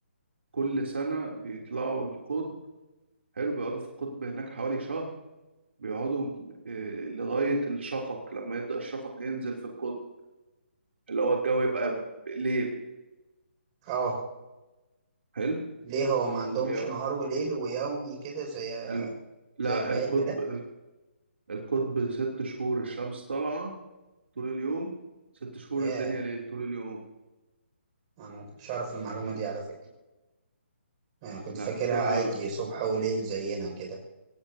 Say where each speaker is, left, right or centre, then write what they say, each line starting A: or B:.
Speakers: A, on the right (about 70°); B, on the right (about 30°).
A: كل سنه بيطلعوا القطب حلو بيقعدوا في القطب هناك حوالي شهر بيقعدوا آه، لغاية الشفق لما يبدأ الشفق ينزل في القطب اللي هو الجو يبقى ليل
B: اه
A: حلو
B: ليه هو ما عندهمش
A: بي-
B: نهار وليل ويومي كده زي
A: ال- لا
B: زي في باقي
A: القطب
B: البلاد
A: القطب ست شهور الشمس طالعة طول اليوم ست شهور
B: ياه
A: الدنيا ليل طول اليوم
B: انا ما كنتش اعرف المعلومه دي على فكره انا كنت
A: لا
B: فاكرها
A: القطب
B: عادي صبح وليل زينا كده